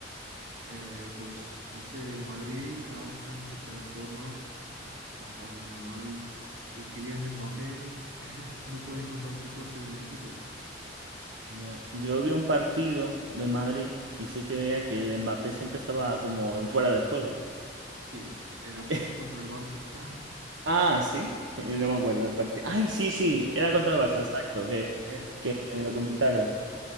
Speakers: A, on the right; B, on the right.
A: Eh, pues no sé, el Madrid ahora está en su peor forma. Están jugando muy mal. El Kylian Mbappé <laughs> no puede encontrar su puesto en el equipo.
B: ya. Yo vi un partido del Madrid y sí que veía que el Mbappé siempre estaba como en fuera de juego.
A: Sí, era justo
B: <laughs>
A: contra el Barça. <laughs>
B: Ah, sí. No me acuerdo del partido. Ay, sí, sí. Era contra
A: Eh,
B: el Barça, exacto. Que,
A: eh,
B: que
A: eh,
B: me lo comentaron.